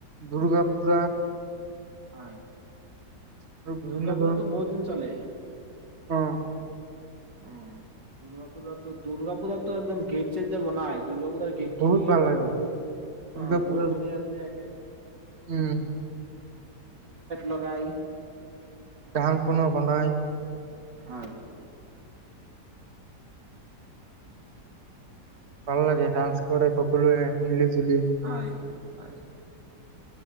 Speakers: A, on the right; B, on the right.
A: দুৰ্গা পূজা
B: হয়
A: আৰু বিভিন্ন
B: দুৰ্গা পূজাটো
A: ধৰণৰ
B: বহু দিন চলে
A: অ
B: উ দুৰ্গ পূজাত দুূৰ্গা পূজাতটোো একদম ঘেট চে যাব নাই দুূৰ্গা পূজাৰ গেট
A: বহুত
B: খিনি
A: ভাল
B: একদম
A: লাগে
B: বহুত
A: দুৰ্গা
B: অ বহুত
A: পূজাত
B: ধুনীয়া ধুনীয়াাকে
A: উম
B: লগাই
A: ান পুনৰ বনাই
B: হয়
A: ভাল লাগে ডান্স কৰে সকলোৱে মিলি জুলি
B: হয় হয়